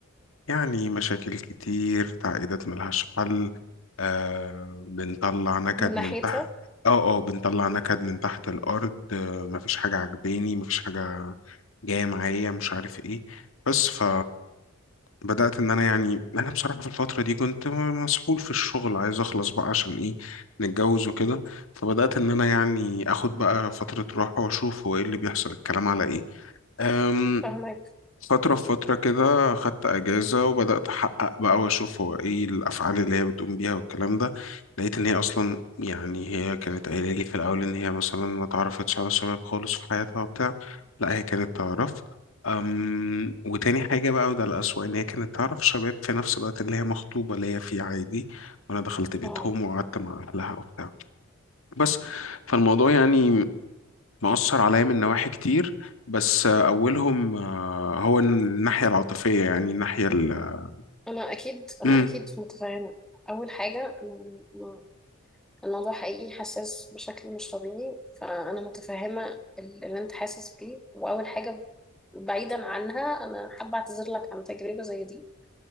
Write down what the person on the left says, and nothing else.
يعني مشاكل كتير تعقيدات ملهاش حل آه بنطلع نكد
من تحت اه اه بنطلع نكد من تحت الأرض آه مفيش حاجة عجباني مفيش حاجة جاية معايا مش عارف ايه بس ف بدأت إن أنا يعني أنا بصراحة في الفترة دي كنت مسحول في الشغل عايز أخلص بقى عشان إيه نتجوز وكده فبدأت إن أنا يعني آخد بقى فترة راحة وأشوف هو إيه اللي بيحصل الكلام على إيه أم،
فترة في فترة كده خدت أجازة وبدأت أحقق بقى وأشوف هو إيه الأفعال اللي هي بتقوم بيها والكلام ده لقيت إن هي أصلا يعني هي كانت قايلة لي في الأول إن هي مثلا ما تعرفتش على الشباب خالص في حياتها وبتاع لا هي كانت تعرف أم وتاني حاجة بقى وده الأسوأ إن هي كانت تعرف شباب في نفس الوقت اللي هي مخطوبة ليا فيه عادي وأنا دخلت بيتهم
وقعدت مع أهلها وبتاع بس فالموضوع يعني مأثر عليا من نواحي كتير بس آه، أولهم آه، هو الناحية العاطفية يعني الناحية ال
مم.